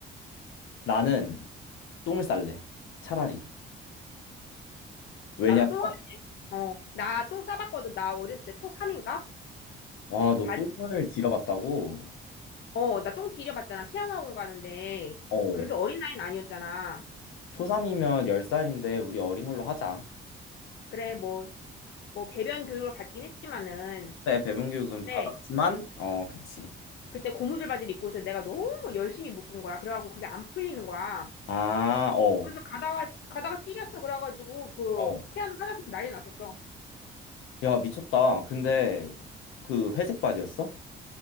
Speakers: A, on the left; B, on the left.
A: 나는 똥을 쌀래. 차라리. 왜냐면
B: 나도 똥, 어, 나 똥 싸봤거든. 나 어렸을 때 초3인가?
A: 와, 너
B: 바지,
A: 똥을 길어봤다고?
B: 어, 나 똥 길여봤잖아. 피아노 학원 가는데.
A: 어.
B: 그렇게 어린 나이는 아니었잖아.
A: 초3이면 10살인데 우리 어린 걸로 하자.
B: 그래, 뭐, 뭐, 배변 교육을 받긴 했지만은.
A: 네, 배분 교육은
B: 근데,
A: 받았지만 어, 그치.
B: 그때 고무줄 바지를 입고 있어. 내가 너무 열심히 묶은 거야. 그래갖고 그게 안 풀리는 거야.
A: 아, 어.
B: 가다가 가다가 찔렸어 그래가지고 그
A: 어.
B: 피하는 화장품 난리 났었어.
A: 야, 미쳤다. 근데 그 회색 바지였어?